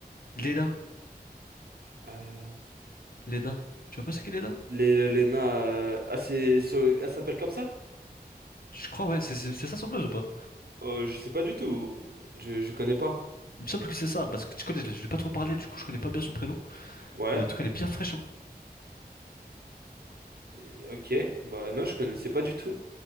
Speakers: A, on the left (about 65°); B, on the right (about 70°).
A: Lena.
B: Euh,
A: Lena. Tu vois pas c'est qui Lena?
B: les, Lena, euh, ah, c'est, ce- elle s'appelle comme ça?
A: Je crois, ouais, c'est c'est- c'est ça son blaze ou pas?
B: Euh, je sais pas du tout. Je, je connais pas.
A: Il me semble que c'est ça, parce que tu connais, je vais pas trop parler, du coup, je connais pas bien son prénom.
B: Ouais.
A: Mais en tout cas, elle est bien fraîche, hein.
B: Euh, Ok, bah non, je connaissais pas du tout.